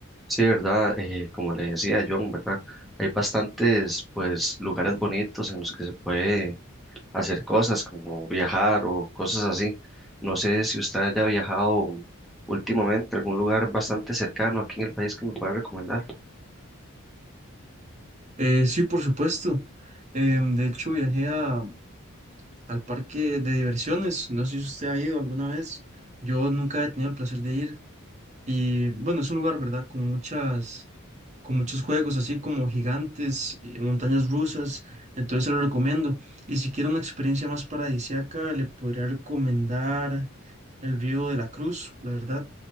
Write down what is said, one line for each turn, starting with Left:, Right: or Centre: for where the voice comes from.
Centre: Sí, ¿verdad? Eh, como le decía John, ¿verdad? Hay bastantes, pues, lugares bonitos en los que se puede hacer cosas como viajar o cosas así. No sé si usted haya viajado últimamente a algún lugar bastante cercano aquí en el país que me pueda recomendar.
Right: Eh, sí, por supuesto. Em, de hecho, viajé a- al parque de diversiones. No sé si usted ha ido alguna vez. Yo nunca he tenido el placer de ir. Y bueno, es un lugar, ¿verdad? Con muchas, con muchos juegos, así como gigantes, eh, montañas rusas, entonces se lo recomiendo. Y si quiere una experiencia más paradisíaca, le podría recomendar el Río de la Cruz, la verdad.